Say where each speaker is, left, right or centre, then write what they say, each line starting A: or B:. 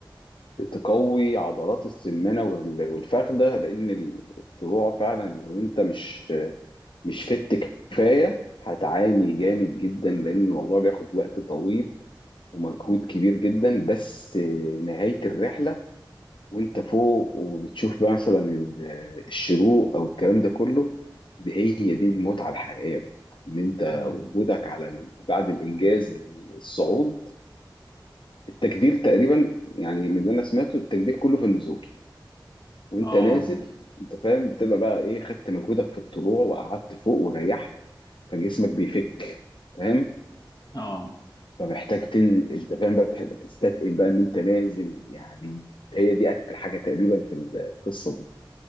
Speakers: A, on the left; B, on the left.
A: تقوي عضلات السمانه وال- والفخده لان الطلوع فعلا لو انت مش مش فت كفايه هتعاني جامد جدا لان الموضوع بياخد وقت طويل ومجهود كبير جدا بس نهايه الرحله وانت فوق وبتشوف بقى مثلا ال- الشروق او الكلام ده كله دي هي دي المتعه الحقيقيه بقى ان انت
B: مم.
A: وجودك على ال- بعد الانجاز الصعود التجدير تقريبا يعني من اللي انا سمعته التجدير كله في النزول وانت
B: اه
A: نازل انت فاهم بتبقى بقى ايه خدت مجهودك في الطلوع وقعدت فوق وريحت فجسمك بيفك فاهم
B: اه
A: فمحتاج تن انت فاهم بقى بتحب تستثقل بقى ان انت نازل يعني هي دي اتقل حاجه تقريبا في القصه دي